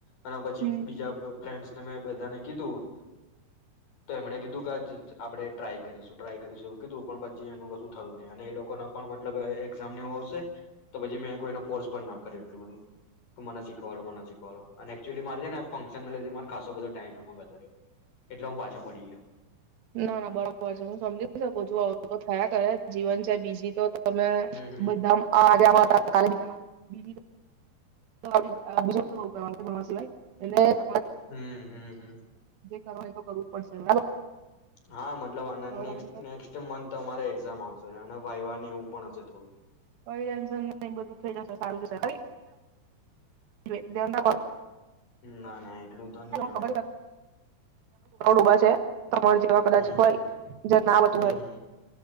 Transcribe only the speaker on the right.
હમ
ના, ના, બરોબર છે, હું સમજી શકું છું. આવું. તો થયા કરે, જીવન છે બીજી તો. તમે
બધા હતા બીજામાં કાલે હતા. સ <unintelligible> સ એને <unintelligible>
તોય એ તો કરવું જ પડશે બરાબર.
હવે
તમે કઈ
કઈ ટેન્શન નહી બધું થઈ જાશે સારું જશે. જો એ દે ત
કબ <inaudible> <unintelligible> તમાર જેવા કદાચ
હોય જે ના આવડતું
હોય